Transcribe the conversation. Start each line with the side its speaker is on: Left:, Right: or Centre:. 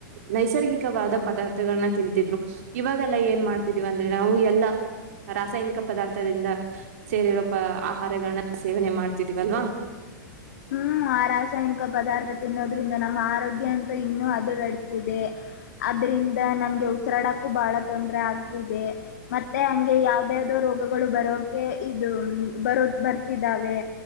Right: ನೈಸರ್ಗಿಕವಾದ ಪದಾರ್ಥಗಳನ್ನ ತಿಂತಿದ್ರು ಇವಾಗೆಲ್ಲಾ ಏನ್ ಮಾಡ್ತಿದೀವಂದ್ರೆ ನಾವು ಎಲ್ಲಾ ರಾಸಾಯನಿಕ ಪದಾರ್ಥದಿಂದ ಸೇರಿರೋ ಪ ಆಹಾರಗಳನ್ನ ಸೇವನೆ ಮಾಡ್ತಿದೀವಲ್ವಾ <inaudible>
Left: ಹ್ಮ್ ಆ ರಾಸಾಯನಿಕ ಪದಾರ್ಥ ತಿನ್ನೋದ್ರಿಂದ ನಮ್ಮ ಆರೋಗ್ಯ ಅಂತ ಇನ್ನೂ ಅದಗೆಡ್ತಿದೆ ಅದ್ರಿಂದ ನಮ್ಗೆ ಉಸಿರಾಡಕ್ಕೂ ಬಹಳ ತೊಂದರೆ ಆಗ್ತಿದೆ ಮತ್ತೆ ಹಂಗೆ ಯಾವ್ದ ಯಾವ್ದೋ ರೋಗ ಬರೋಕೆ ಇದು ಬರ ಬರ್ತಿದ್ದಾವೆ